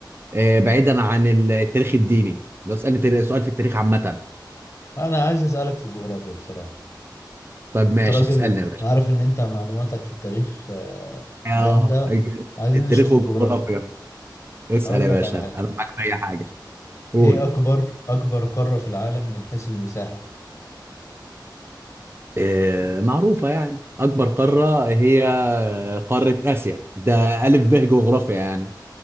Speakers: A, on the right; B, on the left.
A: آه، بعيدا عن التاريخ الديني لو تسألني تاري- سؤال في التاريخ عامة
B: أنا عايز أسألك في الجغرافيا بصراحة
A: طب ماشي
B: أنت راجل
A: اسألني يا باشا
B: أنا عارف إن أنت معلوماتك في التاريخ آه،
A: اه
B: جامدة عايزين
A: التاريخ
B: نشوف
A: والجغرافيا
B: الجغرافيا
A: اسأل
B: هقول
A: يا
B: لك
A: باشا
B: على حاجة
A: انا معاك في اي حاجة قول
B: إيه أكبر أكبر قارة في العالم من حيث المساحة؟
A: آه، معروفة يعني أكبر قارة هي قارة آسيا ده ألف ب جغرافيا يعني